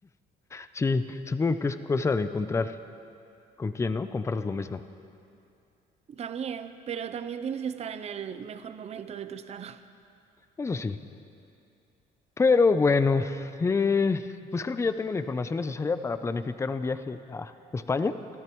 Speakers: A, on the left; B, on the right.
A: Sí, supongo que es cosa de encontrar con quién, ¿no? Compartas lo mismo.
B: También, pero también tienes que estar en el mejor momento de tu estado. <laughs>
A: Eso sí. Pero bueno, eh, pues creo que ya tengo la información necesaria para planificar un viaje a España.